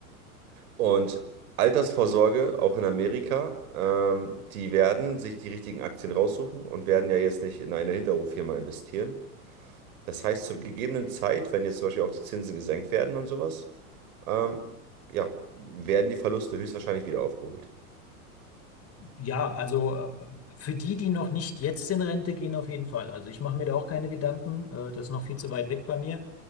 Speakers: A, on the right; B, on the left.
A: Und Altersvorsorge, auch in Amerika, ähm, die werden sich die richtigen Aktien raussuchen und werden ja jetzt nicht in eine Hinterhoffirma investieren. Das heißt, zur gegebenen Zeit, wenn jetzt zum Beispiel auch die Zinsen gesenkt werden und sowas, ähm, ja, werden die Verluste höchstwahrscheinlich wieder aufgeholt.
B: Ja, also äh, für die, die noch nicht jetzt in Rente gehen, auf jeden Fall. Also ich mache mir da auch keine Gedanken, äh, das ist noch viel zu weit weg bei mir.